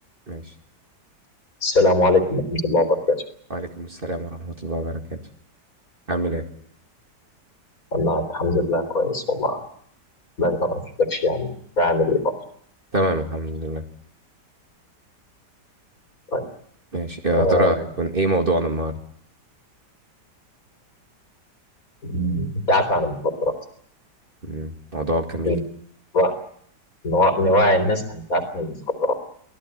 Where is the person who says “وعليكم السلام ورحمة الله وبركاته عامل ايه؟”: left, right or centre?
Right